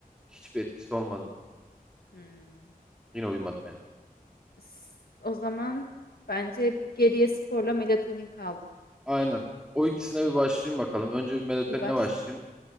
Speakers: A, in the centre; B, on the left (about 85°).
A: Hiçbir etkisi olmadı.
B: Hmm.
A: Yine uyumadım yani.
B: S- O zaman bence bir geriye sporla melatonin kaldı.
A: Aynen. O ikisine bir başlayayım bakalım. Önce bir melatoninle
B: Bir başla.
A: başlayayım.